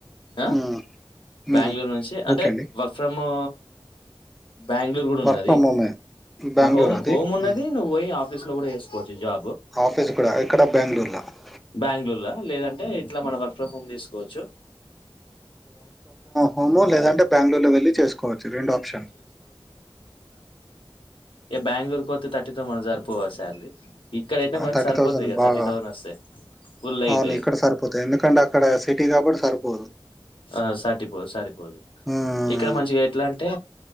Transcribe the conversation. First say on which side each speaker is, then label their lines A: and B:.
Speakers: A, on the left; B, in the centre.
A: ఆ
B: ఉమ్,
A: బ్యాంగళూరు
B: ఉమ్.
A: నుంచి అంటే
B: ఓకే అండి
A: వర్క్ ఫ్రమ్ ఆ బెంగళూరు కూడా ఉన్నది
B: వర్క్ ఫ్రమ్ హోమే బెంగళూరు
A: హోమ్
B: అది
A: హోమ్ ఉన్నది
B: ఉమ్.
A: నువ్వుయి ఆఫీస్ లో కూడా వేకోచ్చు జా
B: ఆఫీస్ కూడా ఎక్కడ బెంగళూరులో
A: బెంగళూరు లేదంటే ఇట్లా మన వర్క్ ఫ హోమ్ తీ కోఓచ్చు
B: హోము లేదంటే బెంగళూరులో వెళ్ళి చేసుకోవచ్చు రెండు ఆప్షన్
A: ఏ బెంగళూరుకి పోతే తథర్టీతో మన జరిపోవ శాలరీ ఇక్కడైతే మనకి
B: థర్టీ
A: సరిపోతాయి
B: థౌసండ్
A: కదా
B: బాగ
A: థర్టీ థౌసండ్ వస్తాయి ఫుల్ అవుతాయి
B: అవును ఇక్కడ సరిపోతాయి ఎందుకంటే అక్కడ సిటీ కాబ సరిపో పోరు
A: ఆ సరిపోదు సరిపోదు
B: ఉమ్,
A: ఇక్కడ మంచిగా ఎట్లా అంటే